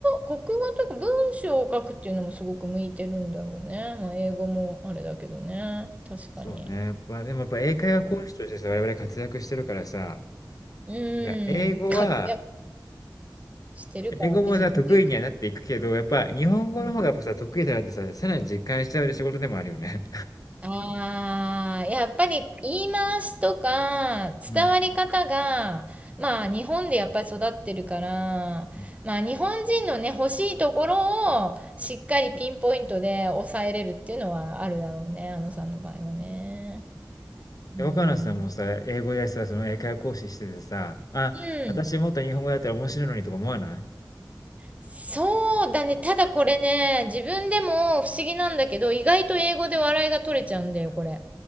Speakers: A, on the right; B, on the left.
A: 国語というか文章を書くっていうのもすごく向いてるんだろうね。まあ英語もあれだけどね。確かに。
B: そうね。やっぱ、でもやっぱ英会話講師としてさ、我々活躍してるからさ、
A: うん、うん活躍
B: いや英語は、
A: してるからって自分で言っちゃ
B: 英語もさ、得意にはなっていくけど、やっぱ日本語の方がやっぱさ、
A: う。
B: 得意だなってさ、さらに実感しちゃう仕事でもあるよね。
A: ああ、やっぱり言い回しとか伝わり方が、
B: うん。
A: まあ日本でやっぱり育ってるから、
B: うん。
A: まあ日本人のね、欲しいところをしっかりピンポイントで抑えれるっていうのはあるだろうね、あのさんの場合はね。
B: で、
A: うん。
B: 若菜さんもさ、英語でさ、その英会話講師しててさ、あ、
A: うん。
B: 私もっと日本語だったら面白いのにとか思わない
A: そうだね。ただこれね、自分でも不思議なんだけど、意外と英語で笑いが取れちゃうんだよ、これ。